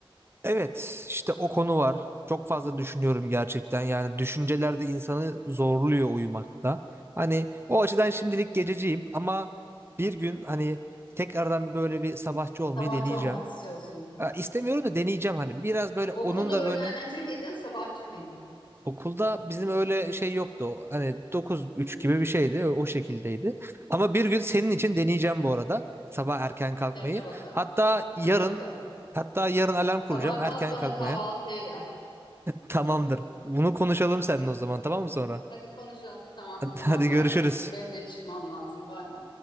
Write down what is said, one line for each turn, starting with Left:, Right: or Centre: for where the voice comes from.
Right: Evet, işte o konu var. Çok fazla düşünüyorum gerçekten. Yani düşünceler de insanı zorluyor uyumakta. Hani o açıdan şimdilik gececiyim ama bir gün hani tekrardan bir böyle bir sabahçı olmayı
Left: Sabahçı
Right: deneyeceğim.
Left: olmak istiyorsun.
Right: Ha, İstemiyorum da deneyeceğim hani. Biraz böyle
Left: Okulda
Right: onun da böyle
Left: öğlenci miydin, sabahçı mıydın?
Right: okulda bizim öyle şey yoktu. O Hani dokuz üç
Left: Hmm.
Right: gibi bir şeydi. O şekildeydi. Ama bir gün senin için deneyeceğim bu arada. Sabah erken kalkmayı.
Left: Dene bakalım.
Right: Hatta yarın
Left: Hadi bakalım.
Right: Hatta yarın alarm kuracağım
Left: Sabah
Right: erken
Left: kalk bana
Right: kalkmaya.
Left: kahvaltıya gel.
Right: Tamamdır. Bunu konuşalım seninle o zaman tamam mı sonra?
Left: Hadi konuşalım. Tamam,
Right: <laughs>
Left: tamam
Right: Hadi
Left: Ferhat'cığım.
Right: görüşürüz.
Left: Benim de çıkmam lazım. Bay bay.